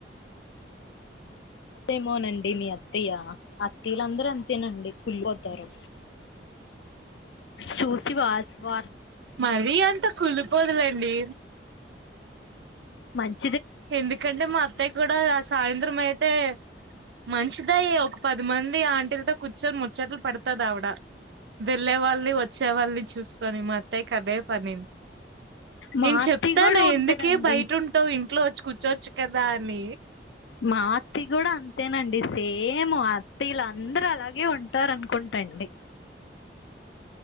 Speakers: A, on the left (about 85°); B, on the right (about 75°).
A: అంతేమోనండి మీ అత్తయ్య అత్తయ్యలందరూ అంతేనండి కుళ్ళిపోతారు చూసి వ వ
B: మరీ అంత కులిపోదులండి
A: మంచి
B: ఎందుకంటే మా అత్తయ కూడా ఆ సాయంత్రం అయితే మంచిదయి ఒక పది మంది ఆంటీలతో కూర్చొని ముచ్చట్లు పెడతది ఆవిడ వెళ్ళే వాళ్ళని వచ్చే వాళ్ళని చూసుకొని మా అత్త్య క అదే పని
A: మా
B: నేను
A: అత్తయ్య
B: చెప్తాను
A: కూడా ఉంటదండి
B: ఎందుకే బయట ఉంటావు ఇంట్లో చ్చు కదా అని
A: మా అత్తయ కూడా అంతేనండి సేమ్ అత్తయ్య లందరూ అలాగే ఉంటారనుకుంటండి